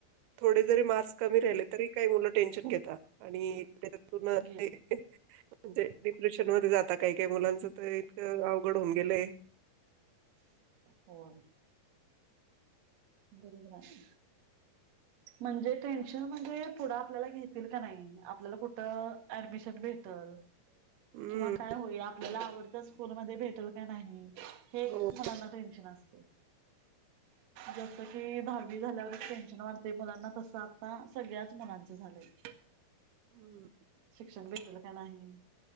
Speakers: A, on the right; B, on the right.
A: थोडे जरी मार्क्स कमी राहिले तरी काही मुलं टेन्शन घेता आणि त्याच्यातून म्हणजे
B: घेत
A: डिप्रेशन मध्ये जाता काही काही मुलांच तर इतक अवघड होऊन गेलंय
B: हो. बरोबर आहे. म्हणजे टेन्शन म्हणजे पुढं आपल्याला घेतील का नाही आपल्याला कुठं ऍडमिशन भेटल
A: हं,
B: किंवा काय होईल आपल्याला आवडत स्कूलमध्ये भेटल का नाही. हे
A: हो.
B: मुलांना टेन्शन असतय. जसं कि दहावी झाल्यावरच टेन्शन वाढत ते मुलांना तसं आता, सगळ्याच मुलांचं झालंय.
A: हम्म!
B: शिक्षण भेटल का नाही,